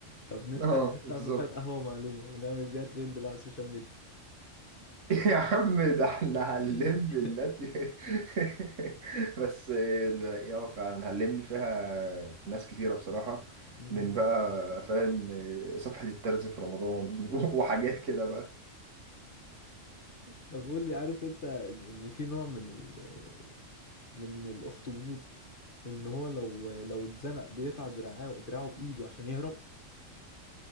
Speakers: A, on the left (about 45°); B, on the right (about 70°).
A: طب نفتح
B: <laughs> اه
A: نفتح
B: بالظبط
A: صفحة قهوة معلومة ونعمل بيها ترند بقى على السوشيال ميديا
B: <laughs> يا عم ده احنا هنلم
A: <laughs>
B: الناس <laughs> بس ده يا فعلا هنلم فيها ناس كتيرة بصراحة
A: مم.
B: من بقى فاهم صفحة الترز في رمضان <laughs> وحاجات كده بقى
A: طب قول لي عارف انت ان إن في نوع من ال... من الاخطبوط ان هو لو لو اتزنق بيقطع دراعه دراعه بايده عشان يهرب